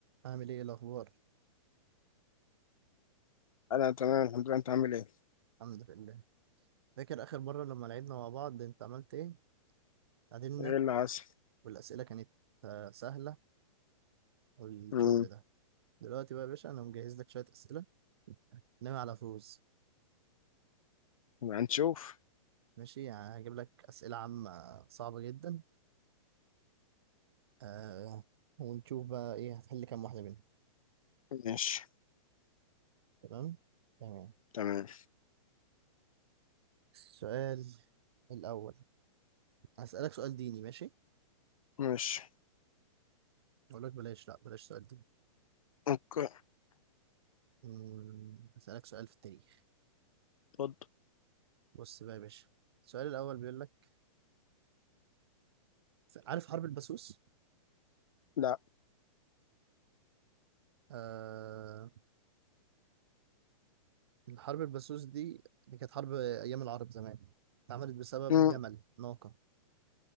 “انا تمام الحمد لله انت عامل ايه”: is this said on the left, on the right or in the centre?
Left